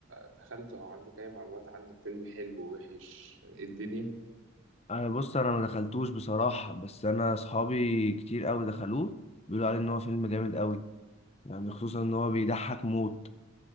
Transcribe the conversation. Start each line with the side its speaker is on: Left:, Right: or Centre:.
Right: دخلت او عندك اي معلومات عن الفيلم حلو وحش إيه الدنيا
Left: انا بص انا ما دخلتوش بصراحه بس انا اصحابي كتير قوي دخلوه بيقولوا عليه ان هو فيلم جامد قوي يعني خصوصا ان هو بيضحك موت